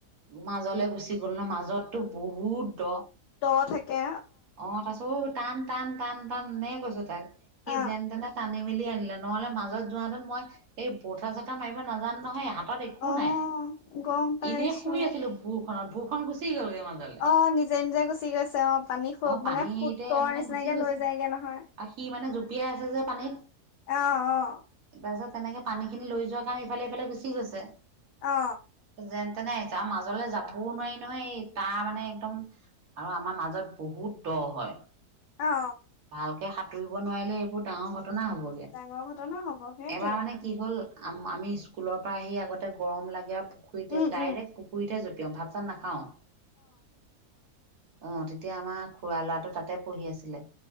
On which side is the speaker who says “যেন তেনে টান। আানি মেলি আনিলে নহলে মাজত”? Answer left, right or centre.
Right